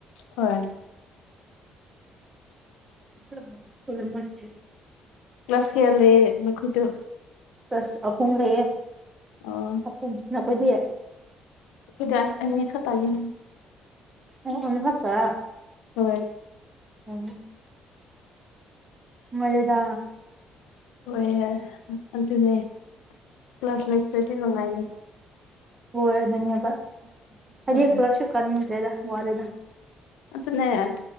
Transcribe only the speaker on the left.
ꯍꯣꯏ
ꯀ꯭ꯂꯥꯁ ꯀꯌꯥ ꯂꯩꯌꯦ ꯃꯈꯣꯏꯗꯣ
ꯑꯣ
ꯑꯩꯈꯣꯏꯗꯥꯏ ꯑꯅꯤ ꯈꯛꯇꯥꯅꯤ
ꯍꯣꯏ
ꯍꯣꯏ ꯑꯗꯨꯅꯦ ꯄ꯭ꯂꯁ ꯂꯩꯇ꯭ꯔꯗꯤ ꯅꯨꯡꯉꯥꯏꯅꯤ
ꯍꯣꯏ
ꯑꯗꯨꯅꯦ ꯑꯗꯨ